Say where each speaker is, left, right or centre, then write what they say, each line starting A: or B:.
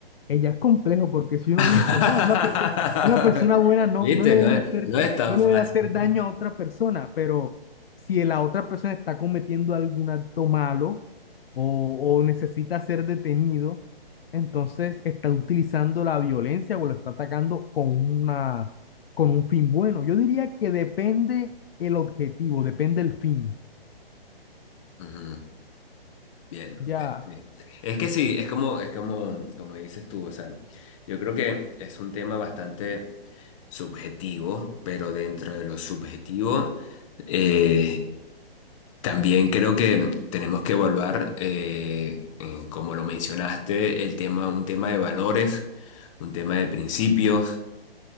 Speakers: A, on the left (about 70°); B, on the left (about 30°).
A: ella es complejo porque si uno
B: <laughs>
A: dice, no, una persona, una persona buena no,
B: ¿Viste?
A: no le
B: No
A: debe
B: es,
A: hacer,
B: no es tan
A: no le
B: fácil.
A: debe hacer daño a otra persona, pero si la otra persona está cometiendo algún acto malo o, o necesita ser detenido, entonces está utilizando la violencia o lo está atacando con una, con un fin bueno. Yo diría que depende el objetivo, depende el fin.
B: Ujú. Bien,
A: Ya.
B: bien, sí. Es que sí, es como, es como, como dices tú, o sea, yo creo que es un tema bastante subjetivo, pero dentro de lo subjetivo, eh, también creo que tenemos que evaluar, eh, eh, como lo mencionaste, el tema, un tema de valores, un tema de principios,